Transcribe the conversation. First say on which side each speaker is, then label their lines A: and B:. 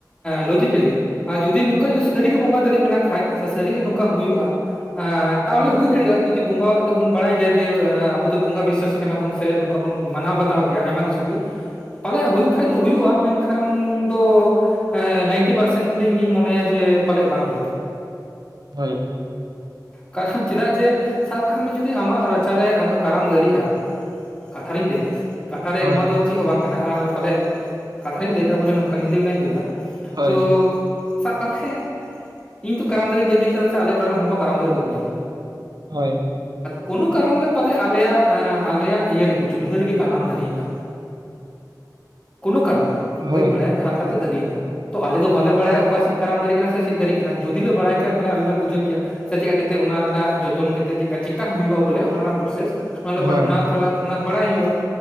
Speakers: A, on the left; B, on the right.
A: ᱞᱚᱡᱤᱠᱮᱞᱤ ᱟᱨ ᱡᱩᱫᱤ ᱱᱚᱝᱠᱟ ᱡᱩᱫᱤ ᱥᱟᱹᱨᱤᱜᱮ ᱵᱚᱸᱜᱟ ᱫᱟᱲᱮ ᱢᱮᱱᱟᱜ ᱠᱷᱟᱡ ᱥᱮ ᱥᱟᱹᱨᱤᱜᱮ ᱱᱚᱝᱠᱟ ᱦᱩᱭᱩᱜᱼᱟ᱾ ᱛᱟᱦᱚᱞᱮ ᱦᱩᱭ ᱫᱟᱲᱮᱭᱟᱜᱼᱟ ᱡᱩᱚᱫᱤ ᱵᱚᱸᱜᱟ, ᱟᱫᱚᱵᱚᱱ ᱵᱟᱲᱟᱭ ᱜᱮᱭᱟ ᱡᱮ ᱟᱵᱚ ᱫᱚ ᱵᱚᱸᱜᱟ ᱵᱤᱥᱟᱥᱤ ᱠᱟᱱᱟᱵᱚᱱ ᱥᱮ ᱱᱚᱝᱠᱟ ᱵᱚᱱ ᱢᱟᱱᱟᱣ ᱵᱟᱛᱟᱣ ᱜᱮᱭᱟ ᱟᱭᱢᱟ ᱠᱤᱪᱷᱩ ᱜᱮ᱾ ᱯᱟᱞᱮᱭᱟᱜ ᱦᱩᱭᱩᱜ ᱠᱷᱟᱡ ᱫᱚ ᱦᱩᱭᱩᱜᱼᱟ ᱢᱮᱱᱠᱷᱟᱱ ᱫᱚ, ᱱᱟᱭᱤᱱᱴᱤ ᱯᱟᱨᱥᱮᱱᱴ ᱤᱧᱤᱧ ᱢᱚᱱᱮᱭᱟ ᱡᱮ ᱯᱟᱞᱮᱫ ᱵᱟᱝ ᱦᱩᱭᱩᱜᱼᱟ᱾
B: ᱦᱳᱭ,
A: ᱠᱟᱨᱚᱱ ᱪᱮᱫᱟᱜ ᱡᱮ ᱥᱟᱵᱽ ᱠᱟᱜ ᱢᱮ ᱡᱩᱫᱤ ᱟᱢᱟᱜ ᱨᱟᱪᱟᱨᱮ ᱚᱱᱠᱟ ᱠᱟᱨᱟᱢ ᱫᱟᱨᱤᱜᱼᱟ, ᱠᱟᱛᱷᱟ ᱨᱤᱧ ᱞᱟᱹᱭᱮᱫᱟ ᱠᱟᱛᱷᱟᱨᱮ
B: ᱦᱳᱭ
A: ᱱᱚᱣᱟ ᱫᱚ, ᱪᱮᱫ ᱦᱚᱸ ᱵᱟᱝ ᱠᱟᱱᱟ ᱟᱨ ᱯᱟᱞᱮ ᱠᱟᱛᱷᱟ ᱨᱤᱧ ᱞᱟᱹᱭᱮᱫᱟ ᱵᱚᱞᱮ ᱱᱚᱝᱠᱟ ᱧᱤᱫᱟᱹ ᱵᱮᱞᱟᱧ ᱞᱟᱹᱭᱮᱫᱟ,
B: ᱦᱳᱭ
A: ᱛᱚ ᱥᱟᱵᱽ ᱠᱟᱜ ᱢᱮ ᱤᱧ ᱛᱚ ᱠᱟᱨᱟᱢ ᱫᱟᱨᱮ ᱵᱟᱹᱧ ᱧᱮᱞ ᱟᱠᱟᱫᱟ ᱥᱮ ᱟᱞᱮ ᱚᱲᱟᱜ ᱨᱮᱱ ᱦᱚᱲ ᱦᱚᱸ ᱠᱟᱨᱟᱢ ᱫᱟᱨᱮ ᱵᱟᱠᱚ ᱧᱮᱞ ᱟᱠᱟᱫᱟ᱾
B: ᱦᱳᱭ᱾
A: ᱠᱳᱱᱳ ᱠᱟᱨᱚᱱ ᱨᱮ ᱯᱟᱞᱮ ᱟᱞᱮᱭᱟᱜ ᱟᱞᱮᱭᱟᱜ ᱤᱭᱟᱹ ᱨᱮᱜᱮ ᱪᱩᱞᱦᱟᱹ ᱨᱮᱜᱮ ᱠᱟᱨᱟᱢ ᱫᱟᱨᱤᱭᱮᱱᱟ᱾ ᱠᱳᱱᱳ ᱠᱟᱨᱚᱱ ᱨᱮ
B: ᱦᱳᱭ
A: ᱵᱟᱹᱧ ᱵᱟᱲᱟᱭᱟ ᱡᱟᱦᱟᱸᱞᱮᱠᱟᱛᱮ ᱫᱟᱨᱤᱭᱮᱱᱟ᱾ ᱛᱚ ᱟᱞᱮ ᱫᱚ ᱵᱟᱞᱮ ᱵᱟᱲᱟᱭᱟ ᱚᱠᱟ ᱪᱮᱫ ᱠᱟᱨᱟᱢ ᱫᱟᱨᱮ ᱠᱟᱱᱟ ᱥᱮ ᱪᱮᱫ ᱫᱟᱨᱮ ᱠᱟᱱᱟ ᱡᱩᱫᱤ ᱞᱮ ᱵᱟᱲᱟᱭ ᱠᱮᱭᱟ ᱛᱟᱦᱞᱮ ᱟᱞᱮ ᱞᱮ ᱯᱩᱡᱟᱹ ᱠᱮᱭᱟ᱾ ᱥᱮ ᱪᱮᱫᱠᱟ ᱠᱟᱛᱮᱫ ᱚᱱᱟ ᱨᱮᱱᱟᱜ ᱡᱚᱛᱚᱱ ᱠᱟᱛᱮᱫ ᱪᱮᱠᱟ ᱦᱩᱭᱩᱜᱼᱟ ᱵᱚᱞᱮ ᱚᱱᱟ ᱨᱮᱱᱟᱜ ᱯᱨᱚᱥᱮᱥ ᱚᱱᱟ ᱞᱮ
B: ᱦᱳᱭ
A: ᱵᱟ ᱚᱱᱟᱛᱚ ᱚᱱᱟ, ᱚᱱᱟ ᱵᱟᱲᱟᱭ ᱦᱩᱭᱩᱜᱼᱟ᱾